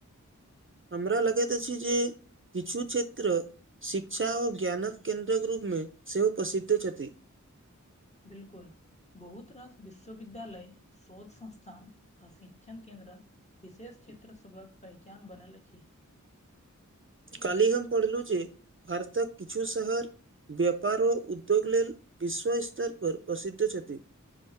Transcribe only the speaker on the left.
बिल्कुल बहुत रास विश्वविद्यालय शोध संस्थान आ शिक्षण केन्द्र। विशेष क्षेत्र सभक पहचान बनल अछि।